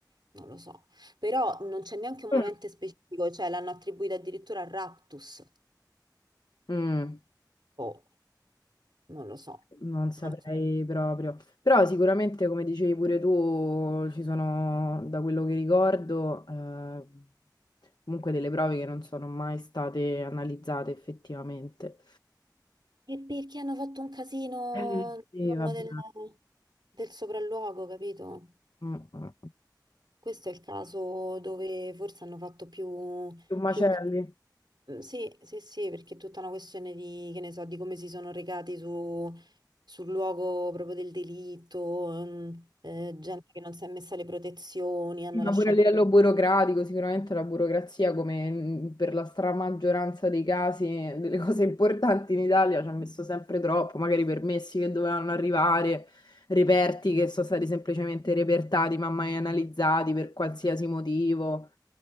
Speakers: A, on the right (about 75°); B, on the left (about 65°).
A: non lo so. Però non c'è neanche un
B: Mm.
A: momento specifico, cioè l'hanno attribuita addirittura a raptus.
B: Mm.
A: Oh, non lo so.
B: Non saprei
A: Non lo so.
B: proprio. Però sicuramente, come dicevi pure tu, ci sono, da quello che ricordo, eh, comunque delle prove che non sono mai state analizzate effettivamente.
A: E perché hanno fatto un casino
B: Eh,
A: intorno
B: Sì, vabbè.
A: del, Sì. del sopralluogo, capito?
B: Mm, mm.
A: Questo è il caso dove forse hanno fatto più,
B: Più macelli.
A: più... ca- Mm, Sì, sì, sì, perché è tutta una questione di, che ne so, di come si sono recati su- sul luogo proprio del delitto, mm, eh, gente che non si è messa le protezioni, hanno
B: Sì, Ma
A: lasciato
B: pure a livello burocratico, sicuramente la burocrazia, come mh, per la stramaggioranza dei casi, delle <laughs> cose importanti in Italia, ci ha messo sempre troppo, magari permessi che dovevano arrivare, reperti che sono stati semplicemente repertati, ma mai analizzati per qualsiasi motivo.